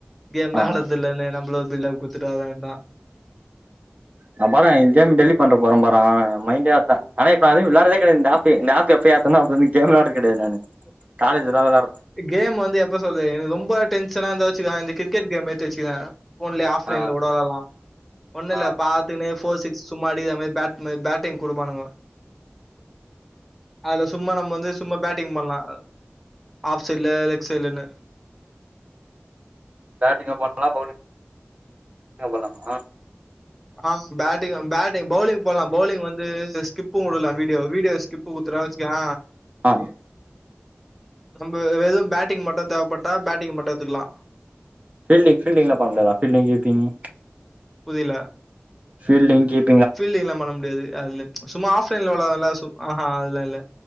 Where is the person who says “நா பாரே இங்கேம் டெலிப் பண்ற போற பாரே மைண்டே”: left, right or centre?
Right